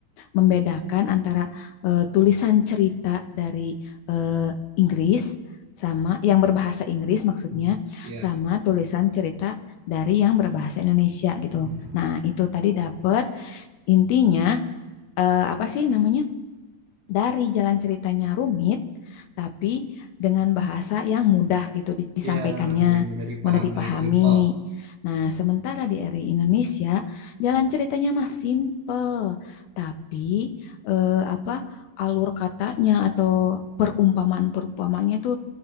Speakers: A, on the left; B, on the right.
A: membedakan antara eh, tulisan cerita dari eh, Inggris sama yang berbahasa Inggris maksudnya
B: Hmm, Iya.
A: sama tulisan cerita dari yang berbahasa Indonesia gitu.
B: Hmm.
A: Nah, itu tadi dapat intinya eh, apa sih namanya? dari jalan ceritanya rumit, tapi dengan bahasa yang mudah gitu di- disampaikannya,
B: Iya, yang udah dipahami,
A: mudah dipahami.
B: yang simpel.
A: Nah, sementara di RI Indonesia, jalan ceritanya mah simple, tapi eh, apa alur katanya atau perumpamaan-perumpamanya itu